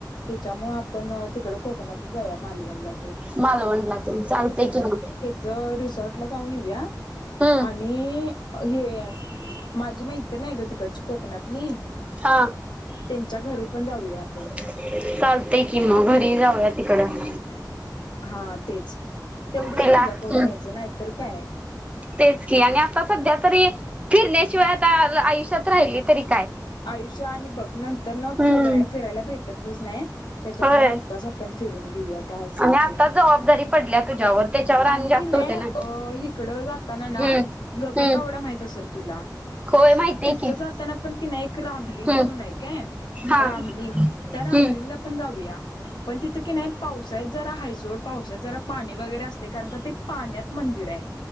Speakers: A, on the left (about 85°); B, on the right (about 15°).
A: त्येच्यामुळ आपण तिकडं कोकणतच जाऊया मालवणला ते
B: मालवणला तेन चालतय कि म
A: च रिसॉर्ट ला जाऊन येऊया
B: हम्म
A: आणि हे माझी मैत्रीण आहे ग तिकडची कोकणातली
B: हा.
A: त्यांच्या घरी पण जाऊया आपण
B: चालतय कि मग घरी जाऊया तिकडं
A: हम्म हा तेच तेवढीच
B: तिला
A: मज्जा
B: हम्म
A: करून यायचं नाहीतर काय
B: तेच की आणि आता सध्या तरी फिरण्याशिवाय आता आव आयुष्यात राहिलय तरी काय
A: आयुष्य आणि बघ नंतरन फिराय
B: हम्म
A: फिरायला भेटतच नाही. त्याच्यामुळ
B: होय
A: आत्ताच आपण फिरून घेऊया काय असल
B: आणि आता
A: ते
B: जबाबदारी
A: <unintelligible>
B: पडल्या तुझ्यावर त्याच्यावर
A: आणि
B: जास्त
A: की नाय
B: होते
A: अ
B: ना
A: हिकडं जाताना ना,
B: हम्म
A: गगनबावडा
B: हम्म
A: माहीत असल तुला,
B: होय माहितीय
A: तिथं
B: की
A: जाताना पण कि नाही एक रामलिंग
B: हम्म
A: म्हणून आहे काय.
B: हा
A: रामलिंग, त्या
B: हम्म
A: रामलिंगला पण जाऊया, पण तिथं की नाही पा पावसाळ्यात जरा हायसोड पावसात जरा पाणी वगैरे असतय कारण का ते पाण्यात मंदिर आहे.